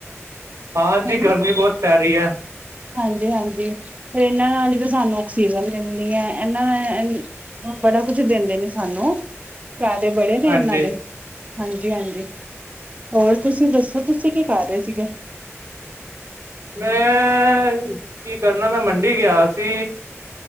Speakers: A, on the right; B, on the right.
A: ਹਾਂਜੀ,
B: ਹਨਾ
A: ਗਰਮੀ ਬਹੁਤ ਪੈ ਰਹੀ ਹੈ।
B: ਹਾਂਜੀ- ਹਾਂਜੀ, ਤੇ ਇਹਨਾਂ ਨਾਲ ਹੀ ਤਾਂ ਸਾਨੂੰ ਆਕਸੀਜਨ ਮਿਲਣੀ ਹੈ ਇਹਨਾਂ ਬੜਾ ਕੁਛ ਦਿੰਦੇ ਨੇ ਸਾਨੂੰ ਫਾਇਦੇ ਬੜੇ ਨੇ
A: ਹਾਂਜੀ
B: ਇਹਨਾਂ ਦੇ, ਹਾਂਜੀ -ਹਾਂਜੀ। ਹੋਰ ਤੁਸੀਂ ਦੱਸੋ, ਤੁਸੀਂ ਕਿ ਕਰ ਰਹੇ ਸੀਗੇ?
A: ਮੈਂ, ਕਿ ਕਰਨਾ ਮੈਂ ਮੰਡੀ ਗਿਆ ਸੀ।